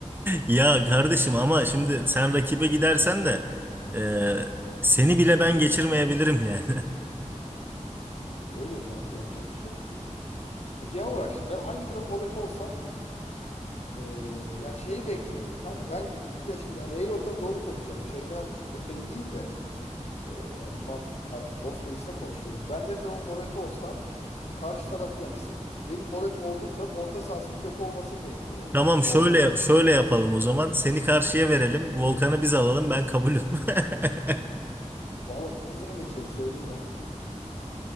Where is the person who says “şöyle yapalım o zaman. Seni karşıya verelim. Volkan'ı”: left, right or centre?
Right